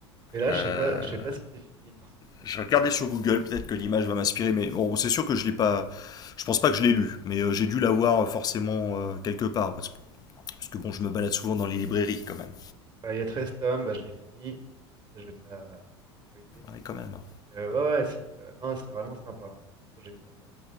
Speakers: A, on the right (about 30°); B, on the left (about 25°).
A: et là,
B: Euh,
A: je sais pas, je sais pas si c'est fini, Mercenaire,
B: je
A: d'ailleurs.
B: vais regarder sur Google, peut-être que l'image va m'inspirer, mais bon, c'est sûr que je l'ai pas. Je pense pas que je l'ai lu, mais euh, j'ai dû l'avoir euh, forcément euh, quelque part, parce que, parce que bon, je me balade souvent dans les librairies quand même.
A: Voilà, il y a 13 tomes, bah, je l'ai fini. Là, je vais te la, je vais te l'envoyer.
B: Ouais, quand même. hein.
A: Euh, ouais, ouais, c'est euh, non, c'est vraiment sympa. hein. Enfin, moi, j'ai euh,